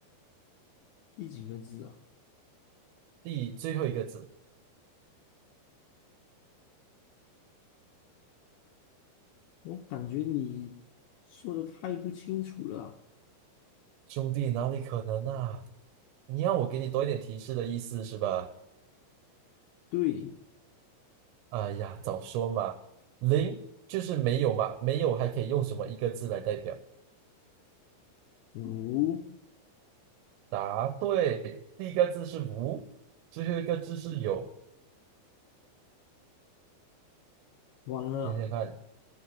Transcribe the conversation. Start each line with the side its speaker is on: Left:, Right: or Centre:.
Left: 第几个字啊？
Right: 第最后一个字，
Left: 我感觉你说的太不清楚了。
Right: 兄弟哪里可能啊？你要我给你多一点提示的意思是吧？
Left: 对，
Right: 哎呀，早说嘛，零就是没有嘛，没有还可以用什么一个字来代表？
Left: 五，
Right: 答对，第一个字是无，最后一个字是有，
Left: 完了，
Right: 想想看，